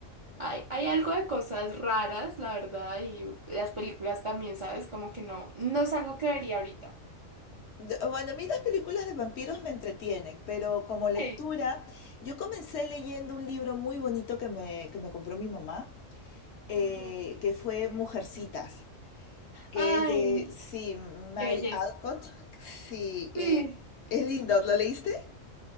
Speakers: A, on the right; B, on the left.
A: Hay, hay
B: Sí.
A: algo de cosas raras, la verdad, y las películas también, ¿sabes? Como que no, no es algo que vería ahorita.
B: De- Bueno, a mí las películas de vampiros me entretienen, pero como lectura,
A: Sí.
B: yo comencé leyendo un libro muy bonito que me, que me compró mi mamá, eh,
A: Ujú.
B: que fue Mujercitas. que
A: Ay,
B: es de, sí, May
A: qué belleza.
B: Alcott. Sí, eh,
A: Sí.
B: es lindo, ¿lo leíste?